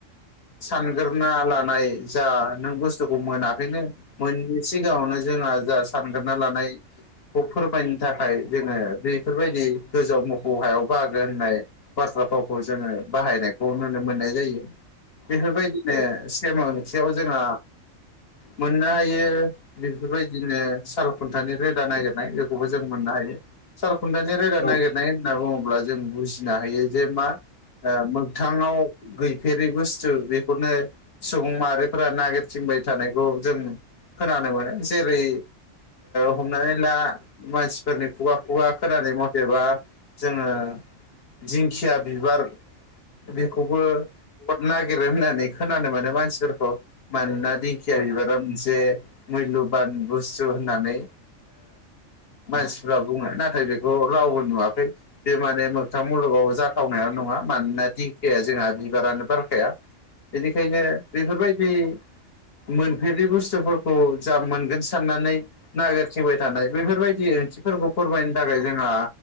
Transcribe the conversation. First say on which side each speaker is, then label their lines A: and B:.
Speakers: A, on the left; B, on the left.
A: सानग्रोना लानाय जा नों बुस्थुखौ मोनाखैनो मोनै सिगाङावनो जोंहा जा सानग्रोना लानाय खौ फोरमायनो थाखाय जोङो बेफोरबायदि गोजौ आव मोफौ हायाव बाहागो होननाय बाथ्रा फावखौ जोङो बाहायनायखौ नुनो मोननाय जायो बेफोरबायदिनो
B: औ
A: सेम ओंथियाव जोंहा मोननो हायो बेफोरबायदिनो साल खुन्थानि रोदा नागिरनाय बेखौबो जों मोननो हायो साल खुन्थानि रोदा
B: औ
A: नागिरनाय
B: उम औ उम
A: होनना बुङोब्ला जों बुजिनो हायो जे मा ओ मोगथाङाव गैफेरै बुस्थु बेखौनो सुबुं मा फोरा नागिरथिंबाय थानायखौ जों खोनानो मोनो जेरै हमनानै ला मानसिफोरनि खुगा खुगा खोनानाय मथेबा जोङो दिंखिया बिबार बेखौबो हरनो नागिरो होननानै खोनानो मोनो मानसिफोरखौ मानोना दिंखिया
B: औ
A: बिबारा मोनसे मुल्यबान बुस्थु होननानै
B: उम
A: मानसिफ्रा बुङो नाथाय बेखौ रावबो नुवाखै बे माने मोगथां मुलुगाव जाथावनाया नङा मानोना दिंखियाया जोंहा बिबारानो बारखाया बेनिखायनो बेफोरबायदि मोनफेरै बुस्थुफोरखौ जा मोनगोन साननानै नागिरथिंबाय थानाय बेफोरबायदि ओंथिफोरखौ फोरमायनो थाखाय जोंहा